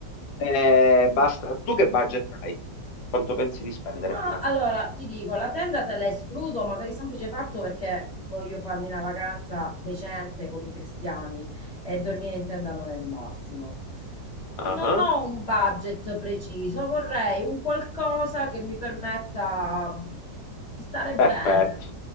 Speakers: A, on the left; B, on the left.
A: Eh, basta, tu che budget hai? Quanto pensi di spendere
B: ma
A: prima?
B: allora ti dico, la tenda te la escludo, ma per il semplice fatto perché voglio farmi una vacanza decente come i cristiani e dormire in tenda non è il massimo.
A: Ah
B: Non
A: ah.
B: ho un budget preciso, vorrei un qualcosa che mi permetta mm, di stare
A: Perfetto,
B: bene.